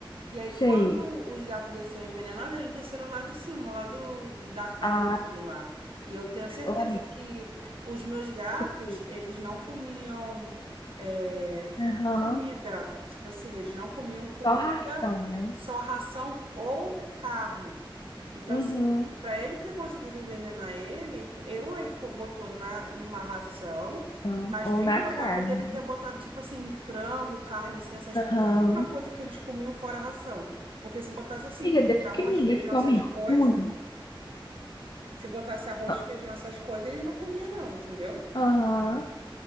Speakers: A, on the right (about 85°); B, on the left (about 50°).
A: E aí,
B: Sei.
A: quando os gatos desceram envenenados, eles desceram lá de cima, lá do, da casa
B: Ah,
A: dele lá. E eu tenho certeza
B: ô, amiga,
A: que os meus gatos,
B: que fui.
A: eles não comiam. eh,
B: Aham,
A: comida. Tipo assim, eles não comiam comida,
B: só ração, né?
A: só ração ou carne. Então,
B: Uhum.
A: assim, para ele ter conseguido envenenar ele, eu ele co- botou na, numa ração,
B: Então,
A: mas
B: ou
A: bem
B: na
A: provável
B: carne.
A: dele ter botado, tipo assim, frango, carne, assim, essas coisas.
B: Aham.
A: A única coisa que eles comiam fora a ração. Porque se botasse, assim,
B: Amiga,
A: comida,
B: Deus
A: arroz,
B: que me
A: feijão,
B: livre, que
A: essas
B: homem
A: coisas,
B: ruim.
A: se botasse arroz,
B: Ah,
A: feijão, essas coisas, ele não comia, não, entendeu?
B: Aham.